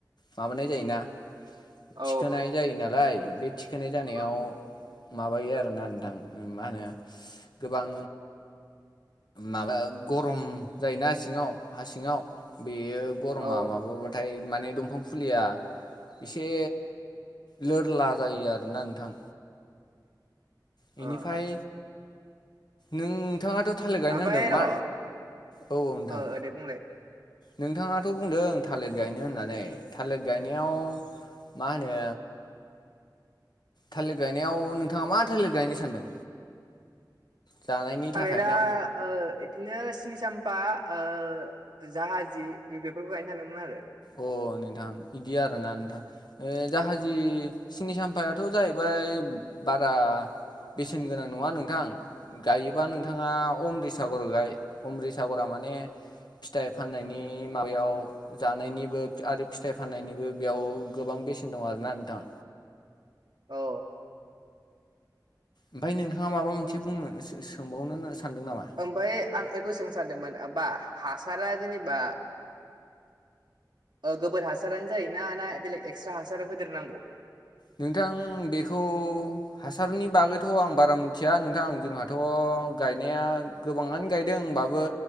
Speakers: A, on the left; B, on the right.
A: माबानाय जायोना।
B: औ
A: थिखोनाय जायो नालाय बे थिखोनाय जानायाव
B: औ
A: माबायो आरोना नोंथां उम मा होनो गोबां माबा गरम जायोना सिङाव हा सिङाव बेयो गरमा
B: औ
A: माबाबाथाय माने दंफां फुलिया एसे लोरला जायो आरोना नोंथां
B: औ
A: बेनिफ्राय नोंथाङाथ' थालिर गायनो
B: आमफाय
A: होनदों
B: र'
A: मा
B: ओ
A: औ नोंथां
B: दे बुंलाय
A: नोंथाङाथ' बुंदों थालिर गायनो होननानै थालिर गायनायाव मा होनो
B: <inaudible>
A: थालिर गायनायाव नोंथाङा मा थालिर गायनो सानदों जानायनि
B: थालिरा
A: थाखाय ना
B: ओ इदिनो सिनसाम्पा ओ जाहाजी बेफोरखौ गायनो सानदोंमोन आरो
A: अ नोंथां बिदि आरो ना नोंथां ओ जाहाजि सिनि साम्फायाथ' जाहैबाय बारा बेसेन गोनां नङा नोंथां गायोबा नोंथाङा अमृतसागर गाय अमृतसागरा मा माने फिथाइ फाननायनि माबायाव जा नायनिबो आरो फिथाइ फाननायनिबो बेयाव गोबां बेसेन दं आरोना नोंथां
B: औ
A: ओमफ्राय नों थाङा माबा मोनसे
B: ओम
A: बुंनो सो सोंबावनो होननानै सानदों नामा
B: ओमफ्राय आं बेखौ सोंनो सानदोंमोन बा हासारा जेनबा ओ गोबोर हासारानो जायोना ना बेलेग एक्सट्रा हासार होदेरनांगौ
A: नोंथां बेखौ हासारनि बागैथ' आं बारा मिथिया नोंथां जोंहाथ' गायनाया गोबाङानो गायदों होमबाबो